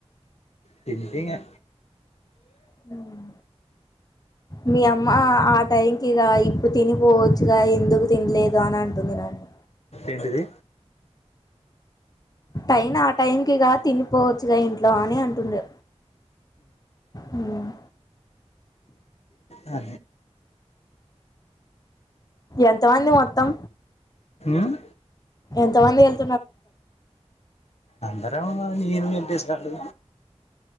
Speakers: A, on the left; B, on the left.
A: తింటిగా
B: హుమ్ మీ అమ్మ ఆ టైంకి ఇగ ఇప్పుడ్ తినిపోవచ్చుగా ఎందుకు తినలేదు అని అంటుంది నన్ను
A: ఏంటిది
B: టైన్ ఆ టైం కిగా తినిపోవచ్చుగా ఇంట్లో అని అంటుండు హుమ్
A: ఆ
B: ఎంతమంది మొత్తం
A: ఉమ్
B: ఎంతమంది వెల్
A: అందరం నేను వెంకటేష్ గాడు